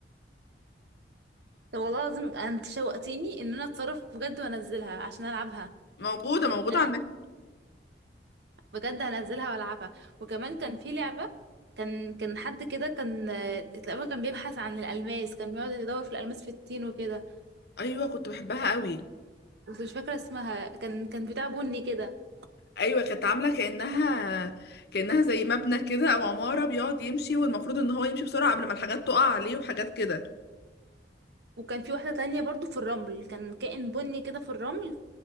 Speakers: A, on the right (about 65°); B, on the left (about 60°).
A: طب والله العظيم انت شوقتيني ان انا اتصرف بجد وانزلها عشان العبها
B: موجوده موجوده
A: انا
B: على النت
A: بجد هنزلها والعبها وكمان كان في لعبه كان كان حد كده كان آه، تقريبا كان بيبحث عن الالماس كان بيقعد يدور في الالماس في التين وكده
B: ايوه كنت بحبها قوي
A: بس مش فاكره اسمها كان كان بتاع بني كده
B: ايوه كانت عامله كانها كانها زي مبنى كده او عماره بيقعد يمشي والمفروض ان هو يمشي بسرعه قبل ما الحاجات تقع عليه وحاجات كده
A: وكان في واحدة تانية برضو في الرمل كان كائن بني كده في الرمل